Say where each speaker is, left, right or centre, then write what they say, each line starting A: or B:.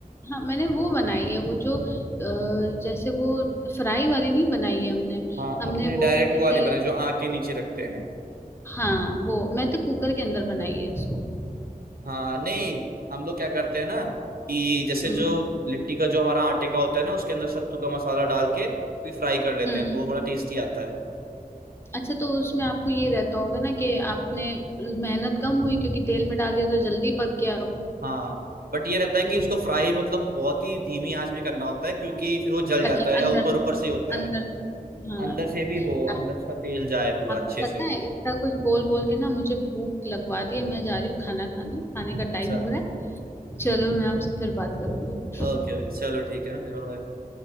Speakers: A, on the left; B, on the right.
A: हाँ मैंने वो बनाई है वो जो अ, जैसे वो फ्राई वाली नहीं बनाई है हमने
B: हाँ
A: हमने
B: अपने डायरेक्ट
A: वो
B: वो
A: जैसे
B: वाली बनाए जो आँख के नीचे रखते हैं
A: हाँ वो मैं तो कुकर के अंदर बनाई है इसको
B: हाँ नहीं हम लोग क्या करते हैं ना कि जैसे
A: हम्म
B: जो लिट्टी का जो हमारा आटे का होता है ना उसके अंदर सत्तू का मसाला डाल के फिर फ्राई कर लेते
A: हम्म
B: हैं तो वो बड़ा टेस्टी आता है
A: अच्छा तो उसमें आपको ये रहता होगा ना कि आपने मेहनत कम हुई क्योंकि तेल में डाल दिया तो जल्दी पक गया वो
B: हाँ बट ये रहता है
A: हम्म
B: कि उसको फ्राई मतलब बहुत ही धीमी आंच में करना होता है क्योंकि फिर वो जल
A: ताकि
B: जाता है या
A: अंदर
B: ऊपर
A: से
B: ऊपर से
A: पक-
B: ही होता
A: अंदर
B: है
A: से पक- हाँ
B: अंदर से भी हो
A: आप-
B: अंदर उसका तेल जाए पूरा
A: आपको
B: अच्छे से
A: पता है इतना कुछ बोल बोल के ना मुझे भूख लगवा रही है मैं जा रही हूँ खाना खाने खाने का टाइम
B: अच्छा
A: हो रहा है चलो मैं आपसे फिर बात करूंगी
B: ओके ओके चलो ठीक है ना फिर bye-bye।